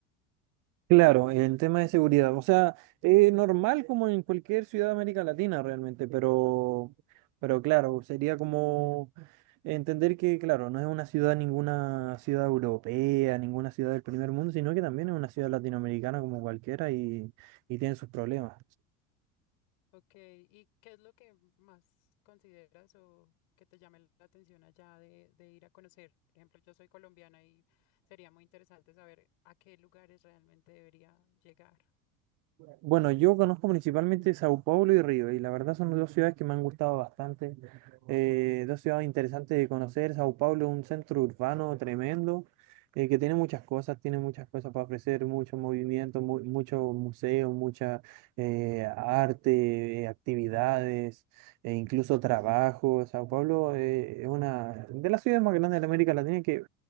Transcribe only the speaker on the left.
Ok, ¿y qué es lo que más consideras o que te llame la atención allá de, de ir a conocer? Por ejemplo, yo soy colombiana y sería muy interesante saber a qué lugares realmente debería llegar.